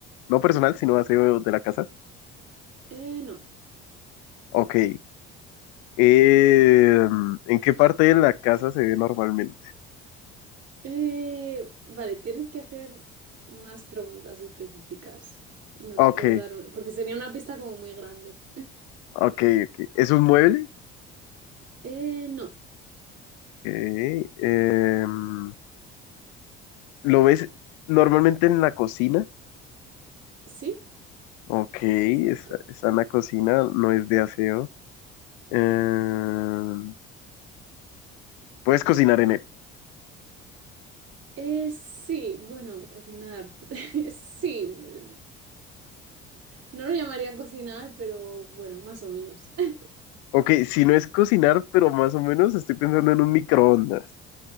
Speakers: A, on the left; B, on the right.
A: No personal, sino aseo de la casa.
B: Eh, no.
A: Ok. Eh, ¿en qué parte de la casa se ve normalmente?
B: Eh, vale, tienes que hacer más preguntas específicas. No
A: Ok,
B: te puedo dar una, porque sería una pista como muy grande.
A: ok, ok. ¿Es un mueble?
B: Eh, no.
A: Ok. Em, ¿lo ves normalmente en la cocina?
B: Sí,
A: Ok, está,
B: exacto.
A: está en la cocina, no es de aseo. Em, puedes cocinar en él.
B: Eh, sí, bueno, cocinar. <laughs> Sí. mm, No lo llamaría cocinar, pero bueno, más o menos. <laughs>
A: Ok, si no es cocinar, pero más o menos estoy pensando en un microondas.